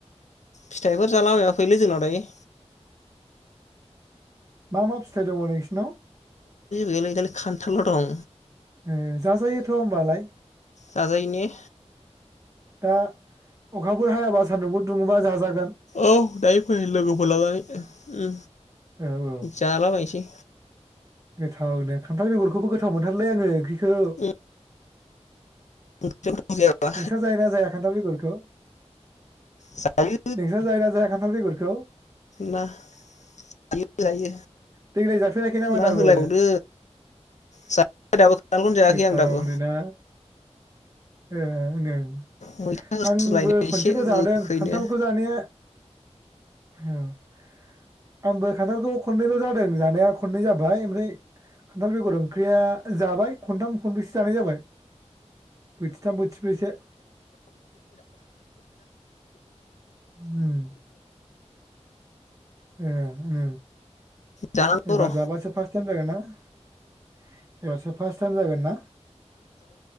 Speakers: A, on the left (about 80°); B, on the right (about 30°).
A: फिथाइफोर जालाबायबा फैलै जोंनाव दायो
B: मा मा फिथाइ दङो नोंसिनाव
A: गैलै गैलै खान्थालबो दं
B: ए जाजायोथ होमबालाय
A: जाजायोने
B: दा अखाफोर हायाबा सान्दुंफोर दुङोबा जाजा
A: औ दायो फै लोगोफोर लानानै
B: औ औ
A: जालाबायनोसै
B: गोथावनो खान्थाल बेगरखौबो गोथाव मोनथारोलै आङो ओंख्रि खौ
A: उम ओंख्रियाव गोथाव जायाबा
B: नोंसा जायो ना जाया खान्थाल बेगर खौ
A: जायो
B: नोंसा जायो ना जाया खान्थाल बेगर खौ
A: ना जायो जायो
B: देग्लाय जाफेराखै नामा
A: ना
B: दाबो
A: होलायबावदो जायाखै दाबो ओंखामखौनो जायाखै
B: गोथावनो
A: आं दाबो
B: ना ओ ओं ओं
A: मैथा होस्रोलायदो
B: आंबो
A: एसे
B: खनसेल जादों
A: गोखैनो
B: खान्थालखौ जानाया औ आंबो खान्थालखौ खननैल जादों जानाया खननै जाबाय ओमफ्राय खान्थाल बेगर ओंख्रिया जाबाय खन्थाम खन्ब्रैसो जानाय जाबाय बि <unintelligible> ब्रैसो उम ए ओम
A: जानांगौ
B: एबार
A: र'
B: जाबासो फार्स टाइम जागोन ना <unintelligible> एबारसो फार्स्ट टाइम जागोन ना